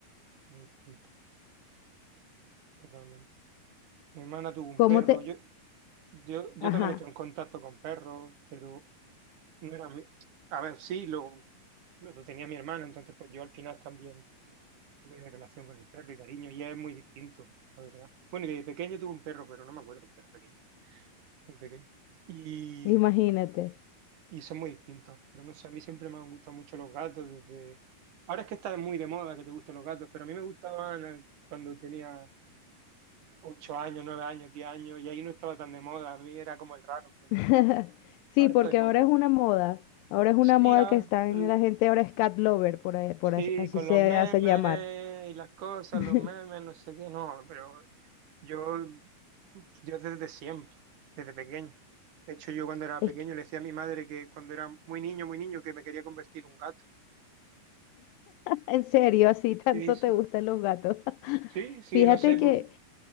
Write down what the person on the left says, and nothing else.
¿Cómo
te...?
Ajá,
imagínate.
<laughs>
Sí,
porque
ahora es una moda. Ahora es una
moda
que está
en la gente, ahora es cat lover, por, ahí- por
as- así
se
hacen llamar.
<laughs>
Es
que,
en serio, así tanto
te gustan los gatos. <laughs>
Fíjate
que